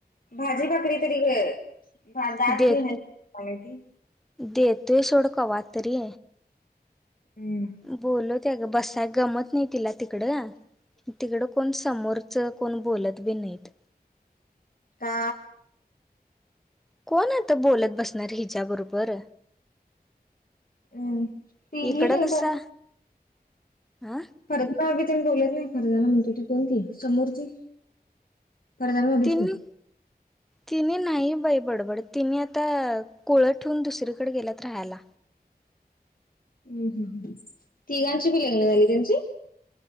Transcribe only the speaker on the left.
भाजी भाकरी तरी गं भा दात
बी हायत कोण हाय ती
हम्म
का
हम्म तीही
तेन
फर्जा भाभी तेन बोलत नाहीत फरजाना म्हणतो ती कोण ती समोरची फरजाना भाभीच
की
हम्म हम्म हम्म तिघांची बी लग्न झाली त्यांची